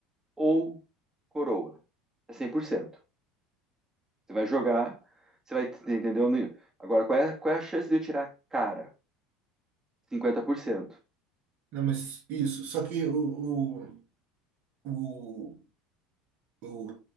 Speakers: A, on the right; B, on the right.
A: ou coroa? É 100%. Você vai jogar, você vai, entendeu? Agora, qual é, qual é a chance de eu tirar cara? 50%.
B: Não, mas isso. Só que o, o, o, o-